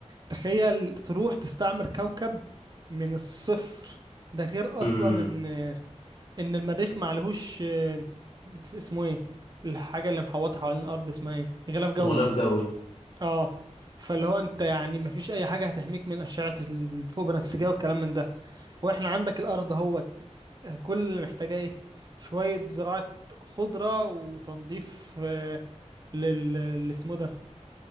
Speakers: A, on the right; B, on the left.
A: تخيل تروح تستعمر كوكب من الصفر ده غير
B: امم
A: أصلا إن إن المريخ معلهوش آه، اسمه إيه الحاجة اللي محوطة حوالين الأرض اسمها إيه غلاف جوي
B: غلاف جوي
A: آه فاللي هو أنت يعني مفيش أي حاجة هتحميك من أشعة الفوق بنفسجية والكلام من ده وإحنا عندك الأرض اهوت كل اللي محتاجاه إيه شوية زراعة خضرة وتنظيف آه، لل اللي اسمه ده